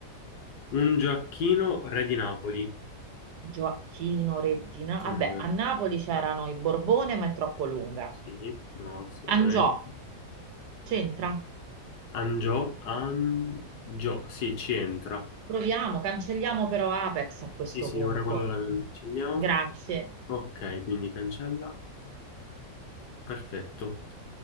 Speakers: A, on the left; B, on the right.
A: Un Gioacchino, re di Napoli.
B: Gioachino, Reggina. Vabbè,
A: Eh,
B: a Napoli c'erano i Borbone, ma è troppo lunga.
A: sì, no, assolutamente.
B: Angiò, c'entra?
A: Angio, Angio, sì, ci entra.
B: Proviamo, cancelliamo però Apex a questo
A: Sì, sì,
B: punto.
A: ora quello la cancelliamo.
B: Grazie.
A: Ok, quindi cancella. Perfetto.